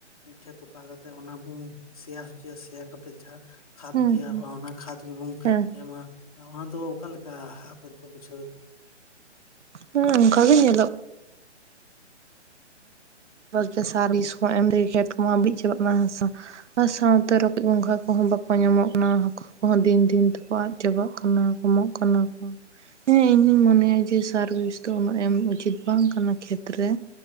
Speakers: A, on the left; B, on the right.
A: ᱢᱤᱫᱴᱷᱮᱱ ᱛᱚᱯᱟ ᱠᱟᱛᱮᱫ ᱚᱱᱟ ᱵᱚᱱ ᱥᱮᱭᱟ ᱦᱚᱪᱚᱭᱟ ᱥᱮᱭᱟᱨ ᱠᱟᱛᱮᱫ ᱡᱟᱦᱟᱸ ᱠᱷᱟᱫᱽ
B: ᱦᱮᱸ
A: ᱛᱮᱭᱟᱨᱚᱜᱼᱟ
B: ᱦᱮᱸ
A: ᱚᱱᱟ ᱠᱷᱟᱫᱽ ᱜᱮᱵᱚᱱ
B: ᱦᱮᱸ
A: ᱮᱢᱟ᱾ ᱦᱮᱸ ᱚᱱᱟ ᱫᱚ ᱚᱠᱟ ᱞᱮᱠᱟ ᱟᱯᱮ ᱫᱚᱠᱚ ᱵᱩᱡᱷᱟᱹᱣ ᱮᱫᱟ?
B: ᱦᱮᱸ ᱚᱱᱠᱟ ᱜᱮ ᱧᱮᱞᱚᱜ ᱵᱚᱞᱛᱮ ᱥᱟᱨ ᱵᱤᱥ ᱠᱚᱢᱟ ᱮᱢ ᱛᱮᱜᱮ ᱠᱚᱛᱮ ᱠᱚᱢᱟ ᱵᱟᱹᱲᱤᱡ ᱪᱟᱞᱟᱜ ᱠᱟᱱᱟ ᱦᱮᱸ ᱥᱮ? ᱟᱨ ᱥᱟᱶᱛᱮ ᱨᱚᱠᱚᱡ ᱜᱚᱸᱜᱷᱟ ᱠᱚᱦᱚᱸ ᱵᱟᱠᱚ ᱧᱟᱢᱚᱜ ᱠᱟᱱᱟ ᱚᱱᱟᱠᱚ᱾ ᱠᱚᱦᱚᱸ ᱫᱤᱱ ᱫᱤᱱ ᱛᱮᱠᱚ ᱟᱫ ᱪᱟᱵᱟᱜ ᱠᱟᱱᱟ ᱠᱚᱢᱚᱜ ᱠᱟᱱᱟ ᱠᱚ᱾ ᱦᱮᱸ ᱤᱧᱫᱩᱧ ᱢᱚᱱᱮᱭᱟ ᱡᱮ ᱥᱟᱨ ᱵᱷᱤᱥ ᱫᱚ ᱩᱱᱟᱹᱜ ᱮᱢ ᱩᱪᱤᱛ ᱵᱟᱝ ᱠᱟᱱᱟ ᱠᱷᱮᱛ ᱨᱮ᱾